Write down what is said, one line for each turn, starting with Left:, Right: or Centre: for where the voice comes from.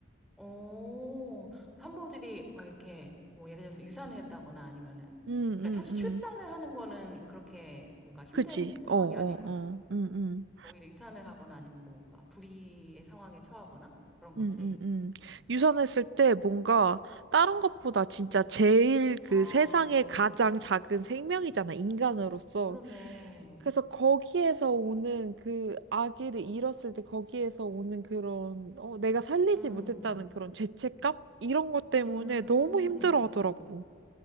Centre: 오, 그래서 들이 막 이렇게 뭐 예를 들어서 유산을 했다거나 아니면은
Right: 음, 음,
Centre: 그러니까 사실
Right: 음.
Centre: 출산을 하는 거는 그렇게 뭔가 힘든
Right: 그지?
Centre: 상황이
Right: 어, 어,
Centre: 아닐 거잖아.
Right: 어. 음, 음.
Centre: 오히려 유산을 하거나 아니면 뭔가 불의의 상황에 처하거나 그런 거지.
Right: 음, 음, 음. 유선했을 때 뭔가 다른 것보다 진짜
Centre: 그치.
Right: 제일 그
Centre: 아,
Right: 세상에 가장 작은 생명이잖아, 인간으로서.
Centre: 그렇네.
Right: 그래서 거기에서 오는 그 아기를 잃었을 때 거기에서 오는 그런, 어, 내가 살리지
Centre: 음,
Right: 못했다는 그런 죄책감? 이런 것 때문에
Centre: 음,
Right: 너무 힘들어
Centre: 음, 음.
Right: 하더라고.